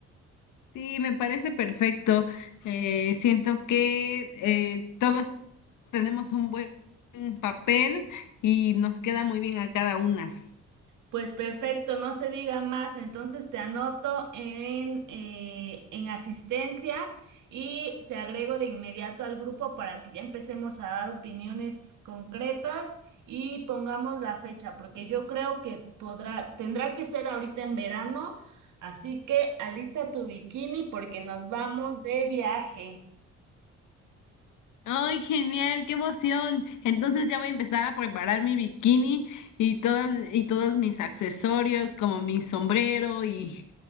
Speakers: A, on the left (about 80°); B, on the right (about 80°).
A: Sí, me parece perfecto. Eh, siento que eh, todos tenemos un buen papel y nos queda muy bien a cada una.
B: Pues perfecto, no se diga más. Entonces te anoto en, eh, en asistencia y te agrego de inmediato al grupo para que ya empecemos a dar opiniones concretas y pongamos la fecha, porque yo creo que podrá, tendrá que ser ahorita en verano, así que alista tu bikini porque nos vamos de viaje.
A: Ay, genial, qué emoción. Entonces ya voy a empezar a preparar mi bikini y todas y todos mis accesorios, como mi sombrero y